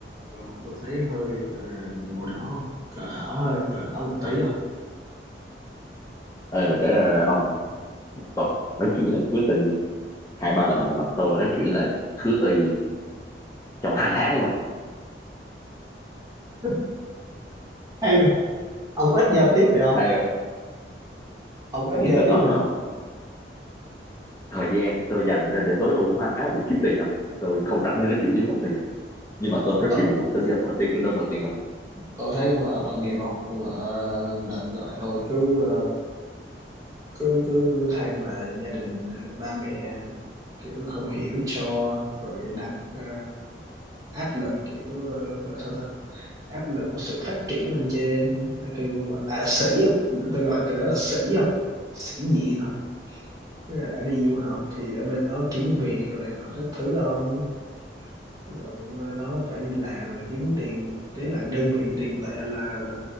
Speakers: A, on the right; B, on the left.
A: Ừ, tôi thấy hơi gọi là màu đỏ không cờ đỏ hơi cờ đỏ một tí
B: à,
A: không
B: ơi mà trở ra ông tuần nói chuyện với lại khứa tì hai ba lần là bằng tôi nói chuyện với lại khứa tì trong hai tháng đấy không
A: <laughs> hay rồi. ông ít giao tiếp vậy không
B: hay không
A: ông ít
B: thì
A: giao
B: tôi
A: tiếp
B: nói
A: vậy
B: mà
A: không
B: thời gian tôi dành ra để tối ưu hóa việc kiếm tiền không tôi không rảnh để nói chuyện với vợ tôi không nhưng
A: Trời,
B: mà tôi
A: cũng
B: mà rất
A: tội
B: chuyện buồn thì tôi sẽ gặp vợ tôi tôi đâm đầu tiên không
A: tôi thấy con vợ tội nghiệp không Con vợ đợt gọi tôi cứ ờ, cứ cứ than là gia đình ờ, ba mẹ kiểu không hiểu cho rồi đặt ờ, áp lực kiểu uh, gọi sao ta áp lực của sự phát triển lên trên là kêu con vợ- à sĩ không tôi gọi từ đó là sĩ không sĩ diện không Tức là đã đi du học thì ở bên đó kiếm việc rồi này nọ các thứ không rồi qua đó phải đi làm rồi kiếm tiền tí là đơn vị tiền tệ là